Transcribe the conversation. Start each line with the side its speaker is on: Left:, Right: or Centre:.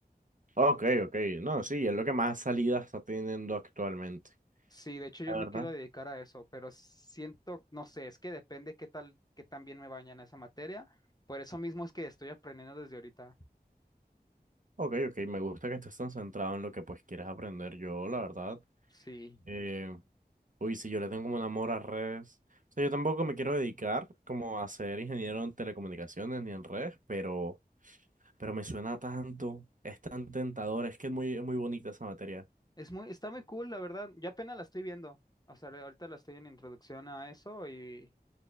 Right: Ok, ok. No, sí, es lo que más salidas está teniendo actualmente.
Left: Sí, de hecho yo
Right: La
Left: me
Right: verdad.
Left: quiero dedicar a eso, pero siento, no sé, es que depende qué tal, qué tan bien me vaya en esa materia. Por eso mismo es que estoy aprendiendo desde ahorita.
Right: Ok, ok. Me gusta que estés tan centrado en lo que pues quieres aprender. Yo, la verdad,
Left: Sí,
Right: eh, uy, si yo le tengo como un amor a redes. O sea, yo tampoco me quiero dedicar como a ser ingeniero en telecomunicaciones ni en redes, pero, pero me suena tanto. Es tan tentador. Es que es muy, es muy bonita esa materia.
Left: es muy, está muy cool, la verdad. Yo apenas la estoy viendo. O sea, ahorita la estoy en introducción a eso y